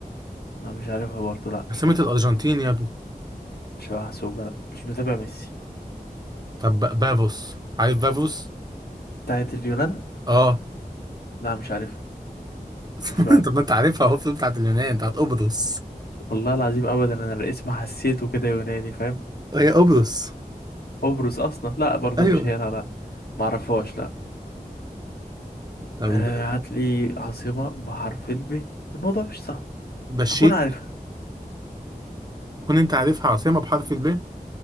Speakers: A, on the left; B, on the right.
A: ما مش عارفها برضه لا
B: عاصمة
A: مش محسوبة
B: الارجنتين يا ابني
A: مش محسوبة لا مش متابع ميسي
B: طب ب- بافوس عارف بافوس
A: بتاعت اليونان
B: اه
A: لا مش عارفها
B: <laughs>
A: شوف لي واحد
B: طب
A: غير
B: ما انت عارفها اهو بتاعت اليونان بتاعت قبرص
A: والله العظيم ابدا انا الاسم حسيته كده يوناني فاهم
B: هي قبرص
A: قبرص اصلا لا برضه
B: ايوه
A: مش هي لا لا ما اعرفهاش لا
B: طب
A: آه،
B: انت
A: هات لي عاصمة بحرف الب الموضوع مش صعب
B: بشيك
A: هكون عارفها
B: كون انت عارفها عاصمة بحرف الب